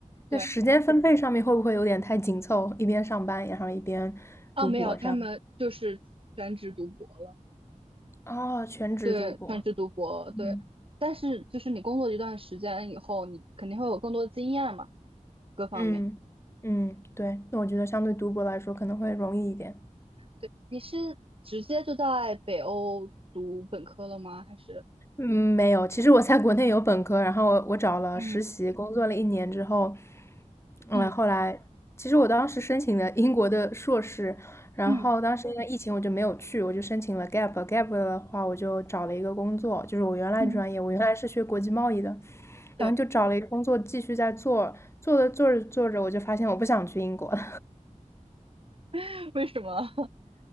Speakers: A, on the right (about 45°); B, on the left (about 20°).
A: 对，
B: 那时间分配上面会不会有点太紧凑？一边上班，然后一边读博这样？
A: 啊，没有，他们就是全职读博了。
B: 哦，全职读博。
A: 对，全职读博，对。
B: 嗯
A: 但是就是你工作一段时间以后，你肯定会有更多的经验嘛，各方面。
B: 嗯嗯，对，那我觉得相对读博来说可能会容易一点。
A: 对，你是直接就在北欧读本科了吗？还是
B: 嗯，没有。其实我在国内有本科，然后我我找了实习，
A: 嗯
B: 工作了一年之后，嗯，
A: 嗯
B: 后来其实我当时申请的英国的硕士，然后当时因为疫情我就没有去，
A: 嗯
B: 我就申请了 gap。gap 的话，我就找了一个工作，就是我原来专业，
A: 嗯，
B: 我原来是学国际贸易的，
A: 对，
B: 然后就找了一个工作继续在做，做着做着做着，我就发现我不想去英国了，
A: <laughs> 为什么？<laughs>